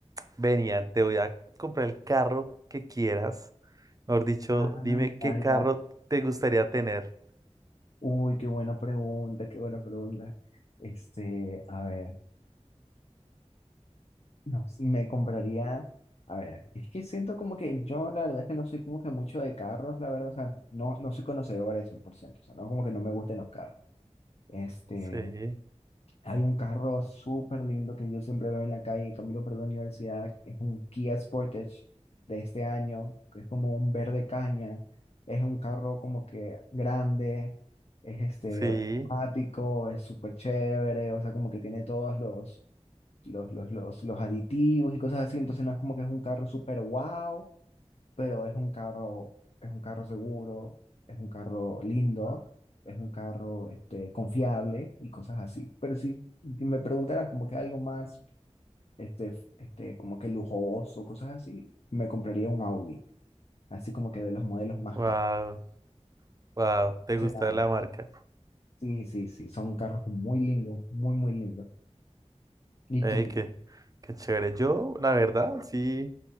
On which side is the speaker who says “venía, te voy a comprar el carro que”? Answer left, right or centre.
Right